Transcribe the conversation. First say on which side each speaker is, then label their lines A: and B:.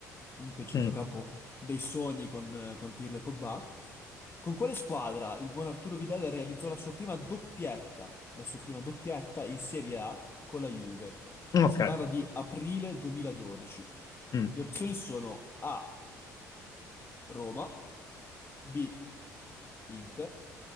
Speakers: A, on the left; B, on the left.
A: di quel centrocampo
B: Mm.
A: dei sogni con, eh, con Pirlo e Pogba. Con quale squadra il buon Arturo Vidal realizzò la sua prima doppietta, la sua prima doppietta in Serie A con la Juve?
B: Ok.
A: Si parla di aprile 2012.
B: Mm.
A: Le opzioni sono A, Roma, B, Inter,